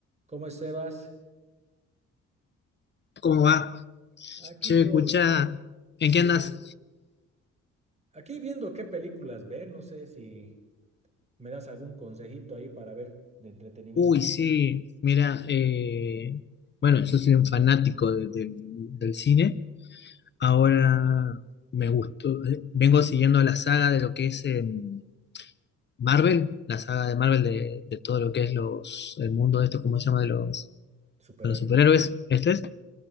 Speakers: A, on the right; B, on the left.
A: ¿Cómo estás?
B: ¿Cómo va?
A: Aquí
B: Che,
A: todo,
B: escucha, ¿en
A: sí.
B: qué andas?
A: Aquí viendo qué películas ver, no sé si me das algún consejito ahí para ver de entretenimiento,
B: Uy, sí, mira, eh, bueno, yo soy un fanático de- de- del cine. Ahora me gustó, eh, vengo siguiendo la saga de lo que es em, Marvel, la saga de Marvel de, de todo lo que es los, el mundo de esto, ¿cómo se llama? De los,
A: superhéroes.
B: de los superhéroes, este es.